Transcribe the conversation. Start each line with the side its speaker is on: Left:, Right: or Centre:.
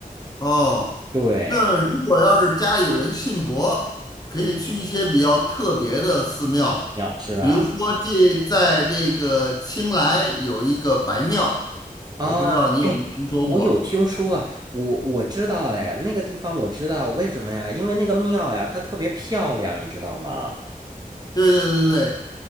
Left: 哦，
Right: 对，
Left: 那如果要是家里有人信佛，可以去一些比较特别的寺庙，
Right: 鸟是吧？
Left: 比如说这在这个清莱有一个白庙，
Right: 哦，
Left: 我不知道你有没有听说过？
Right: 哎，我有听说啊我我知道，哎，那个地方我知道，为什么呀？因为那个庙呀，它特别漂亮，你知道吗？
Left: 对对对对，